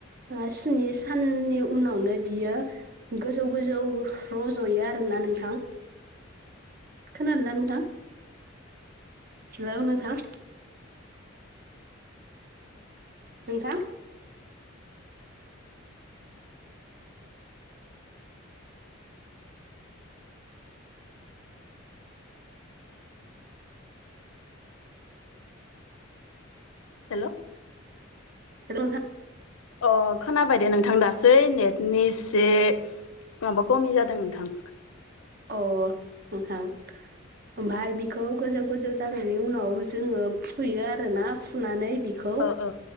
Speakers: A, on the right; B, on the left.
A: ओ स्नि साननि उनावनो बियो गोजौ गोजौ रज'यो आरोना नोंथां खोनादों ना नोंथां? हेलौ नोंथां नोंथां
B: हेल'
A: हेल नोंथा
B: अ खोनाबायदे नोंथां दासो नेटनि से माबा खमि जादों नोंथां
A: अ नोंथां ओमफाय बिखौ गोजौ गोजौ जानायनि उनाव जोङो फुयो आरो ना फुनानै बेखौ
B: औ औ